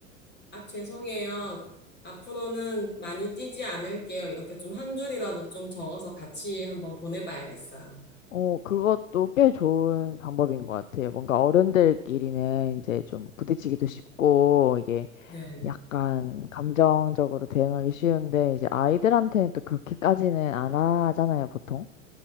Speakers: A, on the left; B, on the left.
A: 아, 죄송해요. 앞으로는 많이 뛰지 않을게요. 이렇게 좀 한 줄이라도 좀 적어서 같이 한번 보내봐야겠어요.
B: 어, 그것도 꽤 좋은 방법인 것 같아요. 뭔가 어른들끼리는 이제 좀 부딪히기도 쉽고, 이게
A: 네,
B: 약간 감정적으로 대응하기 쉬운데, 이제 아이들한테는 또 그렇게까지는 안 하잖아요, 보통.